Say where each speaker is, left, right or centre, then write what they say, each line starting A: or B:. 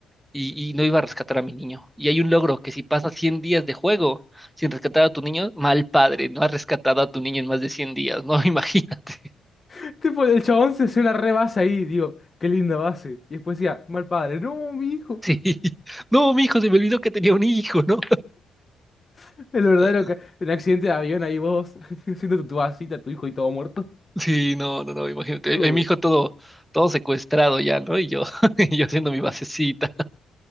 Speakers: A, in the centre; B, on the left (about 30°).
A: y, y no iba a rescatar a mi niño. Y hay un logro que si pasas 100 días de juego sin rescatar a tu niño, mal padre, no has rescatado a tu niño en más de cien días, ¿no? <laughs> Imagínate.
B: <laughs> Tipo, el chabón se hace una re base ahí, digo, qué linda base. Y después decía, mal padre, no, mi hijo.
A: Sí. No, mi hijo, se me olvidó que tenía un hijo, ¿no?
B: <laughs> El verdadero,
A: <laughs>
B: ca- el accidente de avión ahí vos, <laughs> haciendo tu, tu vasita, tu hijo y todo muerto.
A: Sí, no, no, no, imagínate.
B: No.
A: Eh, Mi hijo todo, todo secuestrado ya, ¿no? Y yo, <laughs> y yo haciendo mi basecita.